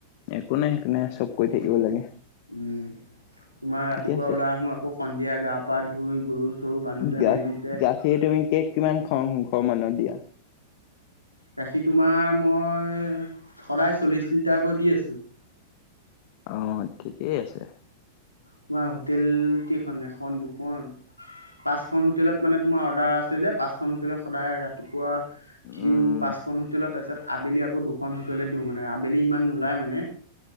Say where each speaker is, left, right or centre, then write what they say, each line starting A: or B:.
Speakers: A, on the left; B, on the left.
A: একো নাই সেইো নাই চব কৈ থাকিব লাগে
B: উম তোমাৰ ৰাতিপুৱা
A: ঠিকে আছে
B: ওলাই আহো আকৌ সন্ধিয়া গা পা ধুই। গৰু চৰু বান্ধোতে
A: গাখীৰ
B: মেলোতে
A: তুমি কেক কিমান খাওঁ ঘৰ মানুহত দিয়া
B: গাখীৰ তোমাৰ মই সদায় চল্লিছ লিটাৰকৈ দি আছোঁ।
A: অ ঠিকেই আছে।
B: তোমাৰ হোটেল কেইখন এখন দুখন। পাঁচখন হোটেলত মানে তোমাৰ অৰ্ডাৰ আছে যে পাঁচখনন হোটেলত সদায় ৰাতিপুৱা। দিওঁ
A: উম
B: পাঁচখনন হোটেলত। তাৰপিছত আবেলি আকৌ দুখন হতলৈ দিওঁ মানে আবেলি ইমান নোলাই মানে।